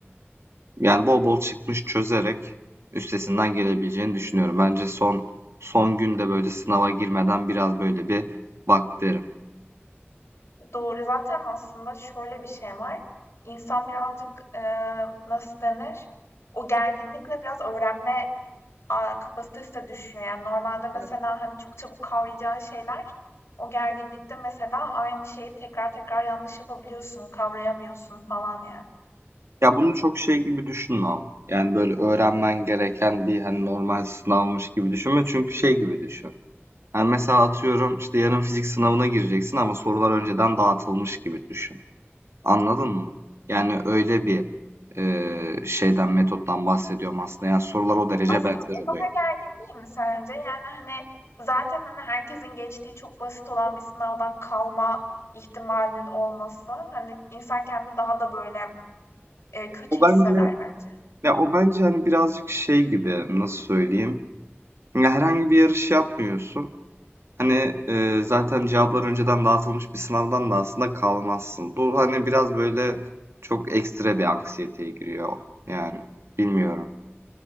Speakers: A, on the right; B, on the left.
A: yani bol bol çıkmış çözerek üstesinden gelebileceğini düşünüyorum. Bence son son günde böyle sınava girmeden biraz böyle bir bak derim.
B: Doğru. Zaten aslında şöyle bir şey var. İnsan birazcık, eee, nasıl denir? O gerginlikle biraz öğrenme, aaa, kapasitesi de düşüyor. Yani normalde mesela,
A: Evet.
B: hani, çok çabuk kavrayacağın şeyler, o gerginlikte mesela aynı şeyi tekrar tekrar yanlış yapabiliyorsun, kavrayamıyorsun falan yani.
A: Ya bunu çok şey gibi düşünme ama. Yani böyle öğrenmen gereken bir hani normal sınavmış gibi düşünme. Çünkü şey gibi düşün. Yani mesela atıyorum işte yarın fizik sınavına gireceksin ama sorular önceden dağıtılmış gibi düşün. Anladın mı? Yani öyle bir e, şeyden metottan bahsediyorum aslında. Yani sorular o derece
B: Aslında
A: benzer
B: bu daha
A: oluyor.
B: gergin değil mi sence? Yani, hani, zaten, hani, herkesin geçtiği çok basit olan bir sınavdan kalma ihtimalinin olması, hani, insan kendini daha da böyle Eee, kötü
A: O bence
B: hisseder bence.
A: ya o bence hani birazcık şey gibi nasıl söyleyeyim? Ya herhangi bir yarış yapmıyorsun. Hani, eee, zaten cevaplar önceden dağıtılmış bir sınavdan da aslında kalmazsın. Bu, hani, biraz böyle çok ekstra bir anksiyeteye giriyor yani. Bilmiyorum.